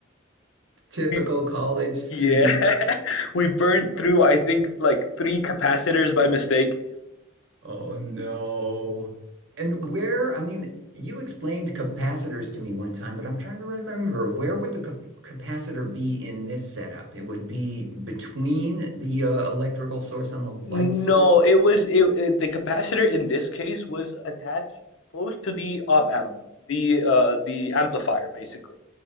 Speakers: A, on the right; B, on the left.
A: Typical
B: We
A: college students.
B: yeah. <laughs> We burned through, I think, like 3 capacitors by mistake.
A: Oh no. And where, I mean, you explained capacitors to me one time, but I'm trying to remember where would the cap capacitor be in this setup? It would be between the uh, electrical source and the light
B: No,
A: source.
B: it was it, it the capacitor in this case was attached close to the op amp, the uh the amplifier basically,